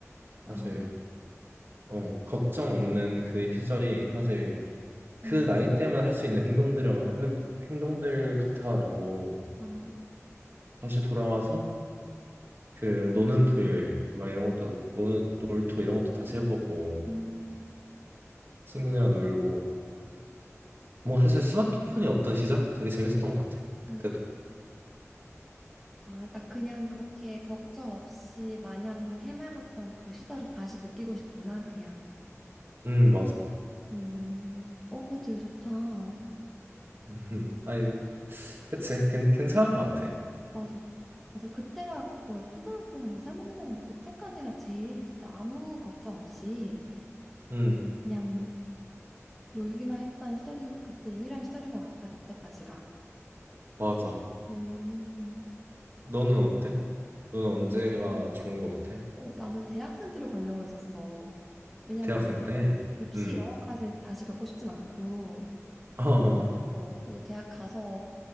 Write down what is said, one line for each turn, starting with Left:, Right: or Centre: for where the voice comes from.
Centre: 아,
Right: 사실 어 걱정 없는 그 시절이 사실 그
Centre: 음,
Right: 나이 때만 할 수 있는 행동들이라고 하- 행동들 같아가지고
Centre: 아,
Right: 다시 돌아와서 그 노는 토요일 막 이런 것도 노는 놀토 이런 것도 다시 해보고
Centre: 음,
Right: 친구들이랑 놀고 뭐 사실 스마트폰이 없던 시절 되게 재밌었던 것 같아. 그때도.
Centre: 음. 아, 그러니까 그냥 그렇게 걱정 없이 마냥 해맑았던 그 시절을 다시 느끼고 싶구나, 그냥.
Right: 음, 맞아.
Centre: 오, 어, 그거 되게 좋다.
Right: 음, 아니, 그치. 괜, 괜찮은 것 같아.
Centre: 맞아. 맞아. 그때가 거의 초등학교 한 2, 3학년, 뭐 그때까지가 제일 진짜 아무 걱정 없이
Right: 음,
Centre: 그냥 놀기만 했던 시절인, 그때 유일한 시절인 것 같다, 그때까지가.
Right: 맞아.
Centre: 음,
Right: 너는 어때? 너는 언제가 좋은 것 같아?
Centre: 어, 나는 대학생 들어가려고 했었어. 왜냐면
Right: 대학생
Centre: 막
Right: 때?
Centre: 입시
Right: 음.
Centre: 이런 것까지 다시 겪고 싶진 않고,
Right: <laughs> 어,
Centre: 어, 그래서 대학 가서